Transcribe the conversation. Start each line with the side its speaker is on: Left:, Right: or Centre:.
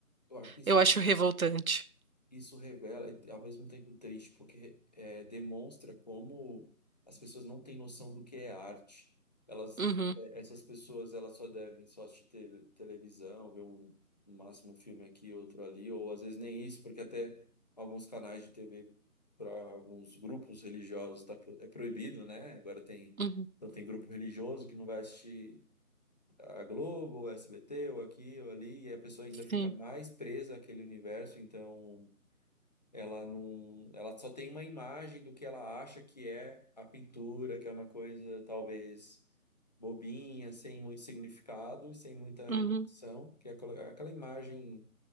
Left: Eu acho que isso
Right: eu acho revoltante.
Left: Isso revela, e ao mesmo tempo triste, porque é, demonstra como as pessoas não têm noção do que é arte. Elas,
Right: Uhum,
Left: é, essas pessoas, elas só devem só assistir te- televisão, ver um, no máximo um filme aqui, outro ali, ou às vezes nem isso, porque até alguns canais de TV para alguns grupos religiosos tá, pro- é proibido, né? Agora tem,
Right: uhum,
Left: então tem grupo religioso que não vai assistir a Globo, ou SBT, ou aqui, ou ali, e a pessoa ainda fica
Right: sim,
Left: mais presa àquele universo, então ela não, ela só tem uma imagem do que ela acha que é a pintura, que é uma coisa talvez bobinha, sem muito significado e sem muita
Right: uhum,
Left: repercussão, que é aquela aquela imagem